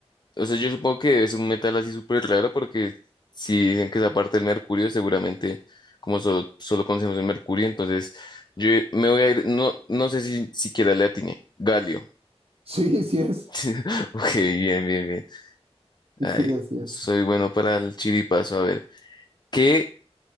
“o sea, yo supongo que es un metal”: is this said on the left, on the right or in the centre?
Left